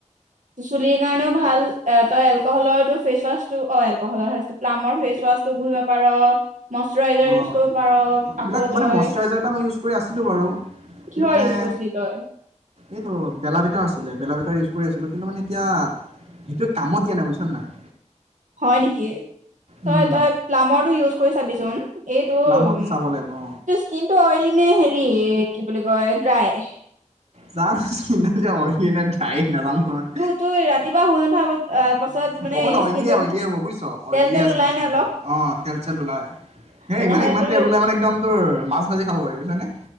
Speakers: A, on the right; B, on the right.
A: চুলিৰ কাৰণেও ভাল তই এলকহলৰটো ফেচৱাচ টো এলক'হলৰ হেয়াৰ চপ প্লামৰ ফেচওৱছ চোৱাটো ঘূহিব পাৰ মইশ্বৰাইজাৰ
B: অঁ
A: ইউজ কৰিব পাৰ
B: এইবিলাক
A: আকৌ
B: মানে
A: তই
B: মইশাৰইজাৰ এটা মই ইউজ কৰি আছিলোঁ বাৰু
A: কিহৰ
B: কিন্তু মানে
A: ইউজ কৰিছিলি তই
B: এইটো বেলা বিটাৰ আছিলে বেলা বিটাৰ কৰি আছিলোঁ কিন্তু মানে এতিয়া সেইটোৱে কামত দিয়া নাই বুজছ নাই
A: হয় নেকি তই
B: উম
A: তই প্লাম্বৰটো ইউজ কৰি চাবিচোন এইটোৰ
B: প্লামৰটো চাব লাগিব অ
A: তোৰ স্কিনটো অইলি নে হেৰি কি বুলি কয় ড্ৰাই
B: জানোঁ কিনো অইলি না ড্ৰাই‌ নাজানো হয়
A: তো তোৰ ৰাতিপুৱা শুই উঠাৰ পা পাছত মানে
B: অকন অইলিয়
A: স্কিনটোত
B: অইলিয় হ'ব বুজিছ অইলিয়
A: তেল তেল
B: আছে
A: ওলাই
B: মোৰ স্কিনটো
A: নে অলপ
B: অ তেল চেল ওলাই সেই
A: তেনেহ'লে
B: ইমানে ইমান
A: তোৰ
B: তেল ওলাই মানে একদম তোৰ মাছ মাজি খাব পাৰি বুজছা নে